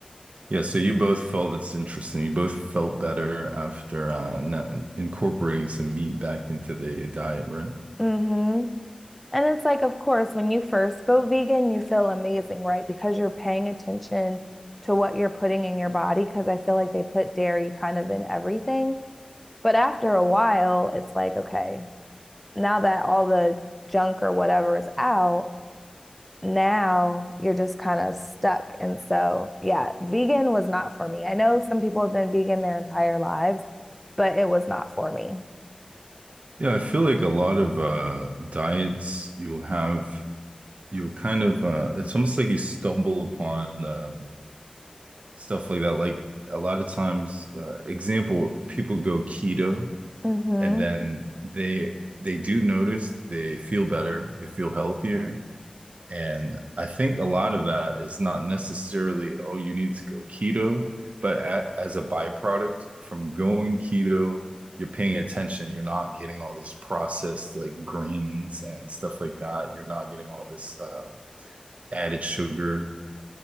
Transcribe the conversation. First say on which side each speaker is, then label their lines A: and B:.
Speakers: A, on the right (about 70°); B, in the centre.
A: Yeah, so you both felt that's interesting. You both felt better after uh not incorporating some meat back into the diet, right?
B: Mm-hmm. And it's like, of course, when you first go vegan, you feel amazing, right? Because you're paying attention to what you're putting in your body. Because I feel like they put dairy kind of in everything. But after a while, it's like, okay, now that all the junk or whatever is out, now you're just kind of stuck. And so, yeah, vegan was not for me. I know some people have been vegan their entire lives, but it was not for me.
A: Yeah, I feel like a lot of uh diets you'll have you'll kind of uh it's almost like you stumble upon um stuff like that. Like a lot of times, uh, example, people go keto
B: Mm-hmm.
A: and then they they do notice they feel better, they feel healthier. And I think a lot of that is not necessarily, oh, you need to go keto, but a as a byproduct from going keto, you're paying attention. You're not getting all these processed like grains and stuff like that. You're not getting all this um, added sugar